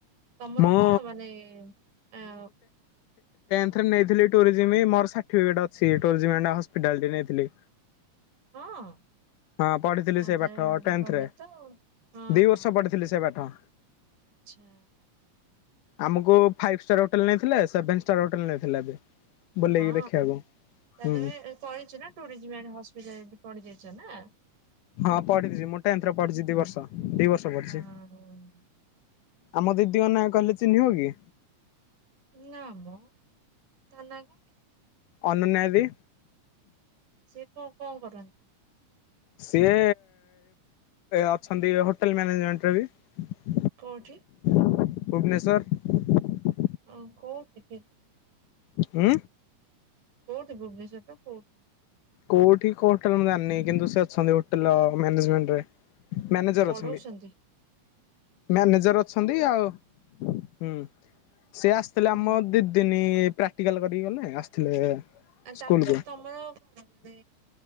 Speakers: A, on the right; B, on the left.
A: ତମର
B: ମୁଁ
A: କଣ ମାନେ ଆ
B: ଏରେ ନେଇଥିଲି ମୋର ସଟି ଅିଟା ନେଇଥିଲି।
A: ହଁ
B: ହଁ ପଢିଥିଲି
A: ଆଦ
B: ସେ ପାଠ ଟେନ୍ଥରେ
A: ବଢଆ ତ ହଁ
B: ଦି
A: ହଁ
B: ବର୍ଷ ପଢିଥିଲି ସେ ପାଠ।
A: ଆଛା
B: ଆମକୁ ଫାଇଭ ହୋଟେଲ ନେଇଥିଲା ସେଭେନ ହୋଟେଲ ନେଇଥିଲା ଏବେ ବୁଲେଇକି
A: ହଁ
B: ଦେଖିବାକୁ
A: ତମେ
B: ହୁଁ
A: ତାହେଲେ କରିଛ ନା ଟୁରିଜିମ୍ ଆଡ଼େ ହସ୍ପିଟାଲ ପଡି ଯାଇଛ ନା ।
B: ହଁ ପଡ଼ଛି ମୋଟା ଯନ୍ତ୍ର ପଡ଼ିଛିି ଦି ବର୍ଷ।
A: ହଁ।
B: ଦି ବର୍ଷ ପଢିଛି। ଆମ ଦିଦିଙ୍କ ନା କହିଲେ ଚିହ୍ନିବ କି?
A: ନାମ ତା ନାଁ କଣ?
B: ଅନନ୍ୟା ଦିଦି
A: ସିଏ କଣ କଣ କରନ୍ତି?
B: ସିଏ ଅଛନ୍ତି ହୋଟେଲ ମ୍ୟାନେଜମେଣ୍ଟରେ ବି
A: କୋଉଠି?
B: ଭୁବନେଶ୍ୱର ।
A: ଆ କୋଉ ଦିଦି
B: ଉଁ
A: କୋଉଠି ଭୁବନେଶ୍ଵରର କୋଉଠି?
B: କୋଉଠି କୋଉ ହୋଟେଲ ମୁଁ ଜାଣିନି କିନ୍ତୁ ସେ ଅଛନ୍ତି ହୋଟେଲ ମ୍ୟାନେଜମେଣ୍ଟରେ ମ୍ୟାନେଜର
A: ପଢଉଛନ୍ତି
B: ଅଛନ୍ତି ମ୍ୟାନେଜର ଅଛନ୍ତି ଆଉ ହୁଁ। ସିଏ ଆସିଥିଲେ
A: ଓହୋ
B: ଆମ ଦି ଦିନ ପ୍ରାକ୍ଟିକାଲ କରିକି ଗଲେ ଆସିଥିଲେ
A: ଆଉ ତାଙ୍କର
B: ସ୍କୁଲକୁ।
A: ତମର କଣ? ମାନେ